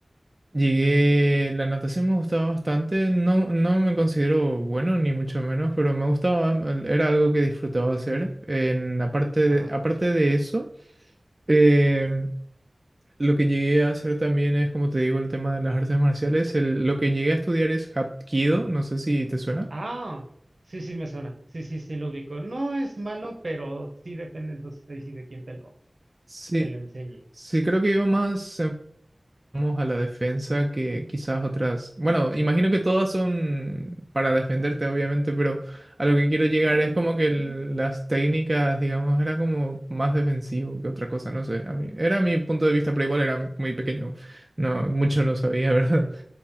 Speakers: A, on the right; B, on the right.
A: Llegué, la natación me gustaba bastante, no, no me considero bueno ni mucho menos, pero me gustaba, era algo que disfrutaba hacer. En, aparte,
B: Ajá.
A: aparte de eso, Eh, lo que llegué a hacer también es, como te digo, el tema de las artes marciales. El- lo que llegué a estudiar es Hapkido, no sé si te suena.
B: Ah, sí, sí me suena. Sí, sí, sí lo ubico. No es malo, pero sí depende entonces ahí sí de quién te lo,
A: Sí,
B: te lo enseñe.
A: sí, creo que iba más en- vamos, a la defensa que quizás otras. Bueno, imagino que todas son para defenderte, obviamente, pero a lo que quiero llegar
B: Ujú,
A: es como que el- las técnicas, digamos, era como más defensivo que otra cosa, no sé. A mí, era mi punto de vista, pero igual era muy pequeño. No, mucho no sabía, ¿verdad?
B: ujú.